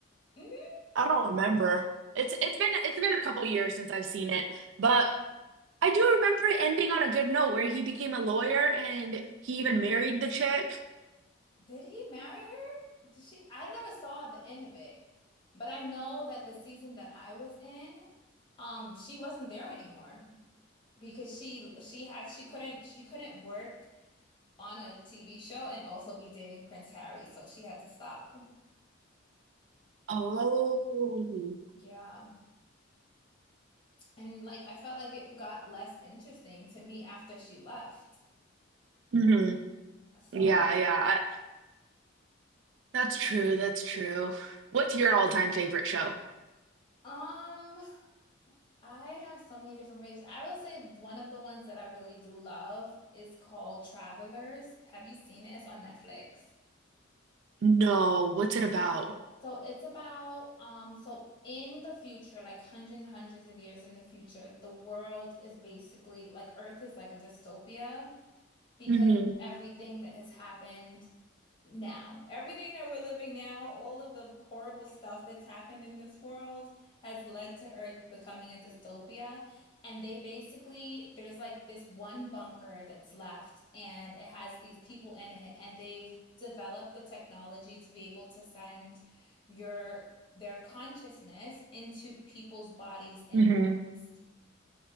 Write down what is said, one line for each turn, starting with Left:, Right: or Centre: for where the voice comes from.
Left: hmm
Right: I don't remember. it's it's been it's been a couple years since I've seen it. But I do remember it ending on a good note where he became a lawyer and he even married the chick.
Left: Did he marry her? Did she? I never saw the end of it. But I know that the season that I was in, um, she wasn't there anymore because she she had she couldn't she couldn't work on a TV show and also be dating Prince Harry, so she had to stop.
Right: Oh.
Left: Yeah. And like I felt like it got less interesting to me after she left.
Right: hmm
Left: So,
Right: Yeah, yeah. I, that's true. That's true. What's your all-time favorite show?
Left: um, I have so many different favorites. I will say one of the ones that I really do love is called Travelers. Have you seen it? It's on Netflix.
Right: No, what's it about?
Left: So it's about um so in the future, like hundreds hundreds of years in the future, the world is basically like Earth is like a dystopia because
Right: hmm
Left: of everything that has happened now. Everything that we're living now, all of the horrible stuff that's happened in this world has led to Earth becoming a dystopia. And they basically, there's like this one bunker that's left, and it has these people in it, and they've developed the technology to be able to send your their consciousness into people's bodies in
Right: hmm
Left: the past.